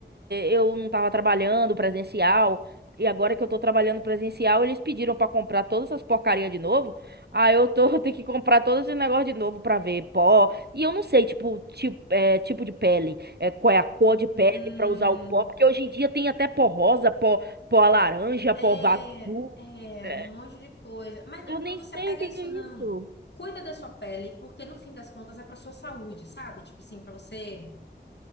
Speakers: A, on the right (about 65°); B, on the left (about 70°).
A: eu não tava trabalhando presencial. E agora que eu tô trabalhando presencial, eles pediram pra comprar todas essas porcarias de novo. Aí eu tô, <laughs> eu tenho que comprar todo esse negócio de novo pra ver pó. E eu não sei, tipo, tipo, é, tipo de pele, é, qual é a cor
B: uhum.
A: de pele pra usar o pó, porque hoje em dia tem até pó rosa, pó, pó laranja,
B: É,
A: pó azul.
B: é
A: É,
B: um monte de coisa. Mas não,
A: eu nem
B: não se
A: sei
B: apega
A: o que
B: a isso,
A: que é
B: não.
A: isso.
B: Cuida da sua pele, porque no fim das contas é pra sua saúde, sabe? Tipo assim, pra você,